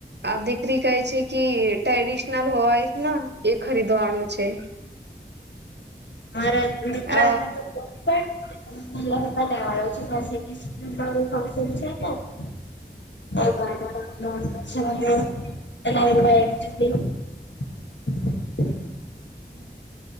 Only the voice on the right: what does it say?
આ દીકરી કહે છે કે ટ્રેડિશનલ હોય ના એ ખરીદવાનું છે
અ
હમ